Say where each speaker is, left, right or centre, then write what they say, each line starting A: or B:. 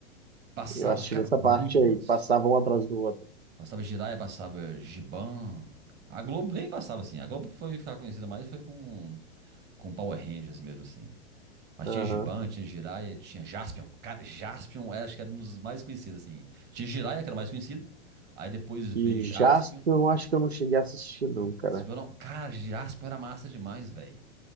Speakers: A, on the right; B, on the right.
A: Passava,
B: Eu assisti
A: cara,
B: nessa
A: muito
B: parte aí,
A: antes.
B: que passava um atrás do outro.
A: Passava Jiraya, passava Giban. A Globo nem passava assim. A Globo foi ficar conhecida mais foi com, com Power Rangers mesmo assim. Mas
B: Aham.
A: tinha Giban, tinha Jiraya, tinha Jaspion. Cara, Jaspion era, acho que era um dos mais conhecidos assim. Tinha Jiraya, que era o mais conhecido. Aí depois veio
B: E
A: Jaspion.
B: Jaspion, acho que eu não cheguei a assistir, não, cara.
A: se Eu não- Cara, Jasper era massa demais, velho.